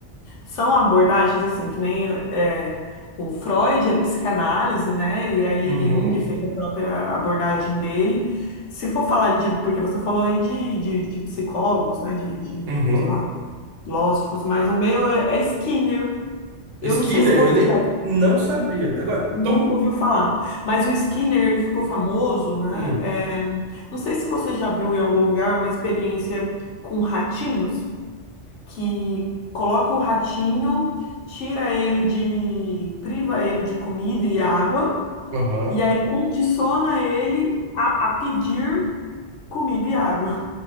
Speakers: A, on the left; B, on the right.
A: são abordagens assim, que nem é, o Freud é psicanálise, né? E aí
B: Uhum,
A: Jung fez a própria abordagem dele. Se for falar de, porque você falou aí de, de, de psicólogos, né? De, de,
B: uhum.
A: sei lá, filósofos, mas o meu é, é Skinner. Eu
B: Skinner,
A: não sei se você
B: eu nem
A: já
B: não sabia. Agora, então,
A: Nunca ouviu falar. Mas o Skinner, ele ficou famoso, né?
B: hum,
A: É, não sei se você já viu em algum lugar uma experiência com ratinhos, que coloca o ratinho, tira ele de, priva ele de comida e água,
B: aham.
A: e aí condiciona ele a, a pedir comida e água,